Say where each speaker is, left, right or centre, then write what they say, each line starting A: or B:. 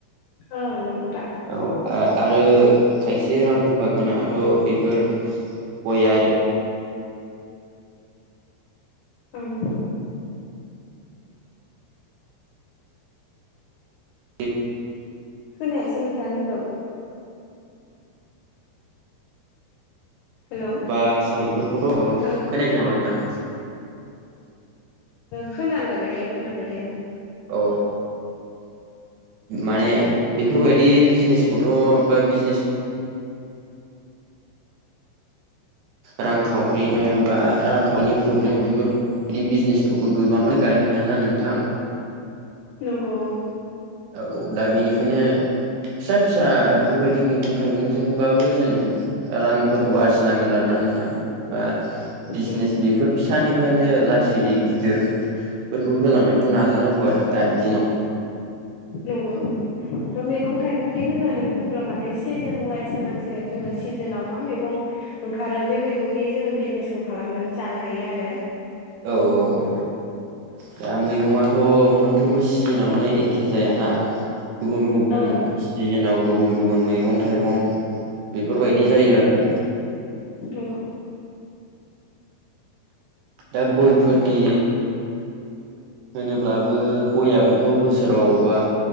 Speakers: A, on the left; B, on the right.
A: ओं नंगौ दा
B: औ
A: ओं
B: आरो खायसे रां रुफा गोनाथ' बेफोर गयारि
A: ओं
B: द
A: खोनायासै नोंथांनिखौ हेलौ
B: बा स बेफोरखौथ'
A: ओ
B: खोनायाखै नामा नोंथां
A: खोनालायबाय दे खोनाबाय दे
B: औ माने बेफोरबायदि बिजनेसखौथ' बा बिजनेस रांखावरिनो बा रांखावरिनि प्रब्लेमाव बेफोर बिदि बिजनेसखौबो गोबाङानो गायनो हायाना नोंथां
A: नंगौ औ
B: औ दा बेनिखायनो फिसा फिसा बेफोरबायदि मैगं थाइगंजोंबाबो जों रांफोरखौ आरजिनांगोन आरोना नोंथां बा बिजनेस
A: नंगौ
B: बेफोर फिसानिफ्रायनो लासैयै गिदिर फोरखौ होलांनायखौ नाजानांगौ आरो दानि दिनाव
A: नंगौ नंगौ थ' मैगं थाइगंनि होननानै बुङोब्ला माने सिजोन वाइस होनांसिगोन जोङो सिजोनाव मा मैगं ओंखारो बे मैगंनि जोङो बिजनेसखौ खालामनानै जानो हायो आरो
B: औ औ औ दा मैगङाथ' मोनफ्रोमबो सिजोनावनो एखे जायाना गुबुन गुबुन
A: ओं
B: सिजोनाव गुबुन गुबुन मैगं थाइगं बेफोरबायदि
A: नंगौ
B: जायो आरो
A: नंगौ
B: दा गयफोरनि होनोब्लाबो गययाबोथ' बोसोरावबा